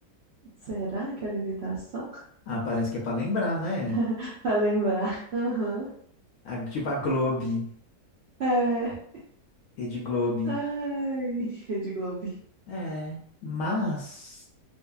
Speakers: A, on the right (about 65°); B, on the left (about 65°).
A: Será que era imitação?
B: Ah, parece que é para lembrar, né?
A: <laughs> Pra lembrar. Aham.
B: A- tipo a Globe,
A: É.
B: Rede Globe.
A: Ai, <laughs> Rede Globo.
B: É, mas,